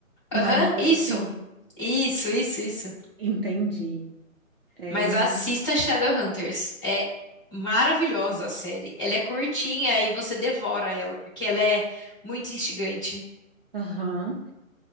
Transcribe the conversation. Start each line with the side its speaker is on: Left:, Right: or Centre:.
Right: Não
Left: Aham,
Right: é um negócio
Left: isso.
Right: assim?
Left: Isso, isso, isso.
Right: Entendi. É,
Left: Mas
Right: eu não.
Left: assista Shadowhunters. É maravilhosa a série. Ela é curtinha e você devora ela, porque ela é muito instigante.
Right: Aham.